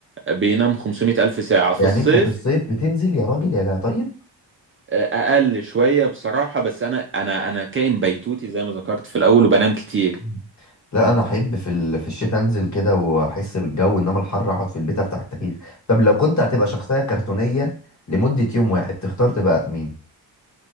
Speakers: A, on the right; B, on the left.
A: بينام 500 الف ساعة في
B: يعني
A: الصيف
B: انت في الصيف بتنزل يا راجل يا طيب
A: آه، اقل شوية بصراحة بس انا انا انا كائن بيتوتي زي ما ذكرت في الاول وبنام كتير
B: مم. لا انا احب في ال... في الشتاء انزل كده واحس بالجو انما الحر اقعد في البيت افتح التكييف طب لو كنت هتبقى شخصية كرتونية لمدة يوم واحد تختار تبقى مين